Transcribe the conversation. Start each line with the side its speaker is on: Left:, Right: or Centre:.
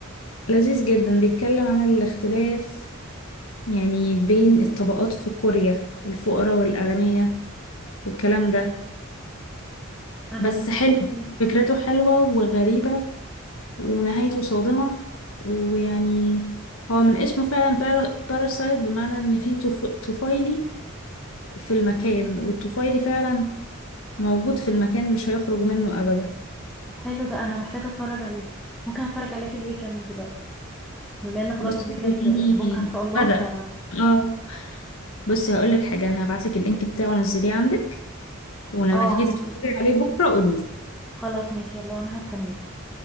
Left: لذيذ جدا بيتكلم عن الاختلاف يعني بين الطبقات في كوريا الفقراء والأغنياء والكلام ده
Centre: انا
Left: بس
Centre: مش
Left: حلو
Centre: عارفة إيه.
Left: فكرته حلوة وغريبة ونهايته صادمة ويعني هو من اسمه فعلا بار... باراسايت بمعنى إن في طف... طفيلي في المكان والطفيلي فعلا موجود في المكان مش هيخرج منه أبدا
Centre: حلو ده انا محتاجة اتفرج عليه ممكن اتفرج عليه في الويكند دلوقتي بما ان خلاص
Left: بص
Centre: الويكند
Left: خليني
Centre: بكرة ان شاء الله
Left: بدأ
Centre: ف
Left: اه بصي هقولك حاجة أنا هبعتلك اللينك بتاعه نزليه عندك ولما
Centre: اه
Left: تيجي
Centre: عندي
Left: تتفرجي عليه بكرة قوليلي
Centre: خلاص ماشي يلا وانا هستناكي